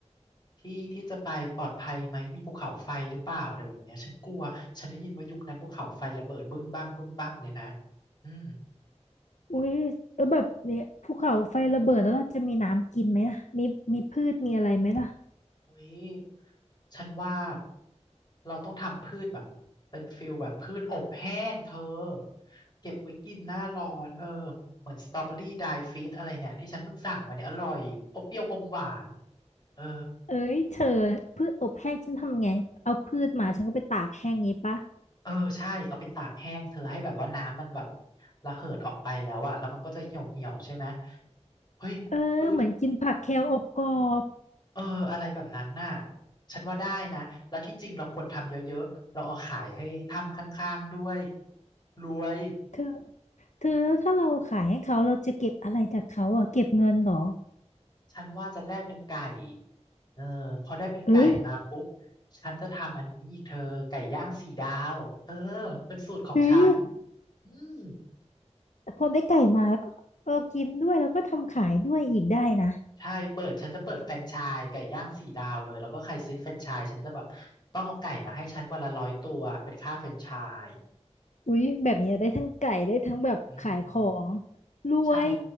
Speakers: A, on the left; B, on the left.
A: ที่ที่จะไปปลอดภัยไหมมีภูเขาไฟหรือเปล่าอะไรแบบเนี้ยฉันกลัวฉันได้ยินว่ายุคนั้นภูเขาไฟระเบิดบึ้มบั้มบึ้มบั้มเลยนะอืม
B: อุ้ยแล้วแบบเนี่ยภูเขาไฟระเบิดแล้วเราจะมีน้ำกินไหมล่ะมีมีพืชมีอะไรไหมล่ะ
A: อุ้ยฉันว่าเราต้องทำพืชแบบเป็นฟิลแบบพืชอบแห้งเธอเก็บไว้กินหน้าร้อนเออเหมือนสตรอเบอรี่ไดฟีตอะไรเนี่ยที่ฉันเพิ่งสั่งมาเนี่ยอร่อยอบเปรี้ยวอมหวานเออ
B: เอ้ยเธอพืชอบแห้งฉันทำไงเอาพืชมาฉันก็ไปตากแห้งงี้ปะ
A: เออใช่เอาไปตากแห้งเธอให้แบบว่าน้ำมันแบบระเหิดออกไปแล้วอะแล้วมันก็จะเหี่ยวเหี่ยวใช่ไหมเฮ้ยคือ
B: เออเหมือนกินผักแคลอบกรอบ
A: เอออะไรแบบนั้นน่ะฉันว่าได้นะแล้วที่จริงเราควรทำเยอะๆเราเอาขายให้ทำข้างๆด้วยรวย
B: เธอ เธอแล้วถ้าเราขายให้เขาเราจะเก็บอะไรจากเขาอ่ะเก็บเงินเหรอ
A: ฉันว่าจะแลกเป็นไก่เออพอได้เป็นไก่มาปุ๊บ
B: เอ้ย
A: ฉันจะทำอันนี้อีกเธอไก่ย่างสี่ดาวเออเป็นสูตรของฉัน
B: เฮ้ย
A: อืม
B: แต่พอได้ไก่มาแล้วก็เออกินด้วยแล้วก็ทำขายด้วยอีกได้นะ
A: ใช่เปิดฉันจะเปิดแฟรนไชส์ไก่ย่างสี่ดาวเลยแล้วก็ใครซื้อแฟรนไชส์ฉันจะแบบต้องเอาไก่มาให้ฉันวันละร้อยตัวเป็นค่าแฟรนไชส์
B: อุ้ยแบบนี้ได้ทั้งไก่ได้ทั้งแบบขายของ
A: อืม
B: รวย
A: ใช่